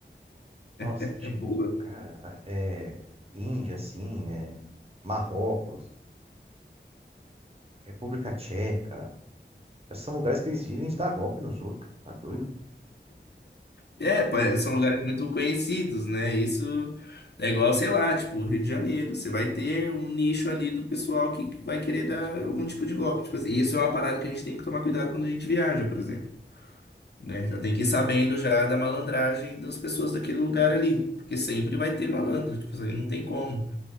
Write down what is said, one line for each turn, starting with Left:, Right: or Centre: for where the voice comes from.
Right: nossa,
Left: É
Right: tipo,
Left: boa.
Right: cara, é Índia, assim, é Marrocos. República Tcheca. Esses são lugares que eles vivem de dar golpe nos outros, cara. Tá doido?
Left: É, pa- são lugares muito conhecidos, né? Isso é igual, sei lá, tipo, Rio de Janeiro. Você vai ter um nicho ali do pessoal que vai querer dar algum tipo de golpe. Tipo assim, isso é uma parada que a gente tem que tomar cuidado quando a gente viaja, por exemplo, né? Já tem que ir sabendo já da malandragem das pessoas daquele lugar ali, porque sempre vai ter malandro, tipo, isso aí não tem como.